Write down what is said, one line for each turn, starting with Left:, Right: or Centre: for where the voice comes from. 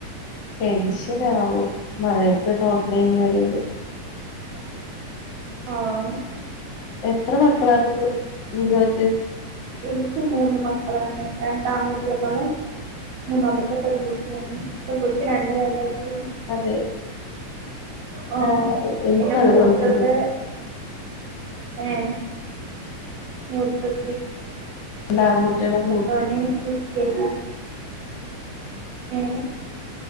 Left: ടെൻഷൻ ആകും മഴയത്തെ പോണ്ട പറിണ്ട്
Right: ആഹ്‌ ആഹ്‌
Left: എത്ര മക്കളാണരു നിങ്ങൾക്ക്
Right: എനിക്ക് മൂന്ന് മക്കളാണ് രണ്ടാൺകുട്ടികളും മൂന്നാമത്തെ പെൺകുട്ടിയാണ് പെൺകുട്ടിക്ക് രണ്ടു വയസായി ട്ടേള്ളു
Left: അതെ
Right: ആ
Left: ആഹ് എ എനിക്കും
Right: പിന്നെ
Left: അതുപോലെ
Right: മൂത്തത്
Left: തന്നെ
Right: ഏ മൂത്തത്
Left: രണ്ടാങ്കുട്ട്യാള്
Right: മുത്തോന് യു കെ ജി ഏ